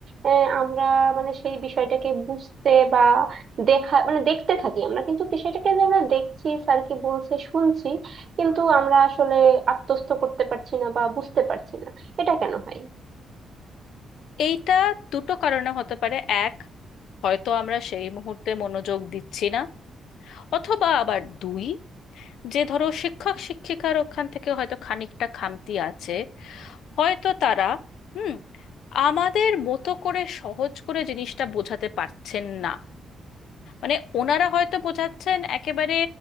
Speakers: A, on the right; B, on the left.
A: আহ, আমরা মানে সেই বিষয়টাকে বুঝতে বা দেখা মানে দেখতে থাকি আমরা কিন্তু বিষয়টাকে যে আমরা দেখছি স্যার কি বলছে শুনছি কিন্তু আমরা আসলে আত্মস্থ করতে পারছি না বা বুঝতে পারছি না এটা কেন হয়
B: এইটা দুটো কারণে হতে পারে এক হয়তো আমরা সেই মুহূর্তে মনোযোগ দিচ্ছি না অথবা আবার দুই যে ধরো শিক্ষক শিক্ষিকার ওখান থেকে হয়তো খানিকটা খামতি আছে হয়তো তারা হুম আমাদের মতো করে সহজ করে জিনিসটা বোঝাতে পারছেন না মানে ওনারা হয়তো বোঝাচ্ছেন একেবারে